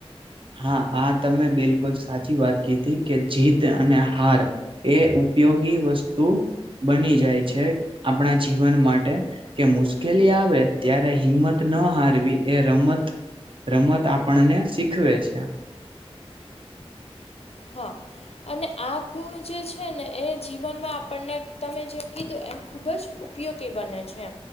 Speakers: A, on the right; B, on the left.
A: હા, આ તમે બિલકુલ, સાચી વાત કીધી હતી, કે જીત અને હાર. એ ઉપયોગી વસ્તુ બની જાય છે, આપણા જીવન માટે કે મુશ્કેલી આવે, ત્યારે હિંમત ન હારવી, એ રમત. રમત આપણને શીખવે છે.
B: હા. અને આ ગુણ જે છે ને, એ જીવનમાં આપણને તમે જેમ કીધું, એમ ખૂબ જ ઉપયોગી બને છે.